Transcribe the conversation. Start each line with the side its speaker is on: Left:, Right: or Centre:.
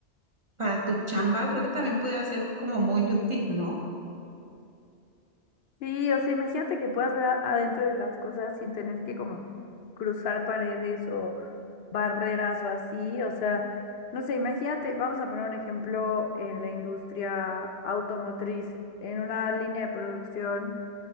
Right: para tu chamba, creo que también pudiera ser como muy útil, ¿no?
Left: sí, o sea, imagínate que que puedas ver a- adentro de las cosas sin tener que como cruzar paredes barreras o así. O sea, no sé, imagínate, vamos a poner un ejemplo en la industria automotriz, en una línea de producción,